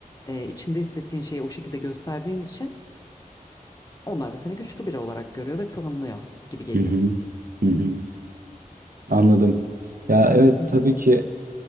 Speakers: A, on the left; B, on the right.
A: eee, içinde hissettiğin şeyi o şekilde gösterdiğin için onlar da seni güçlü biri olarak görüyor ve tanımlıyor gibi geliyor.
B: Hı hı, hı hı. Anladım. Ya evet
A: Hı hı.
B: tabii ki